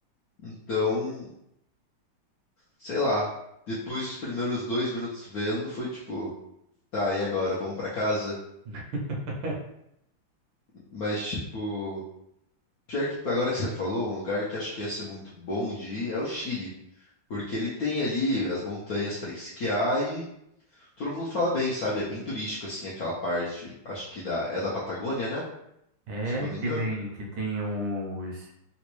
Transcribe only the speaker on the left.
Então, sei lá, depois dos primeiros dois minutos vendo, foi tipo, tá, e agora, vamos pra casa?
Mas, tipo, pior que agora que você falou, um lugar que acho que ia ser muito bom de ir é o Chile. Porque ele tem ali as montanhas para esquiar e todo mundo fala bem, sabe? É bem turístico, assim, aquela parte. Acho que da, é da Patagônia, né?
Se eu não me engano.